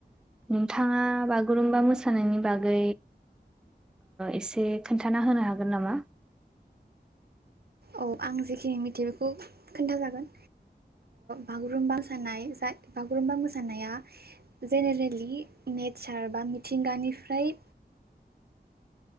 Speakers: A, in the centre; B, on the right.
A: नोंथाङा बागुरुम्बा मोसानायनि बागै एसे खोनन्थाना होनो हागोन नामा
B: औ आं जेखिनि मिथियो बेखौ खोन्थाजागोन बागुरुमबा मोसानाय बागुरुमबा मोसानाया जेनेरेलि नेचार बा मिथिंगानिफ्राय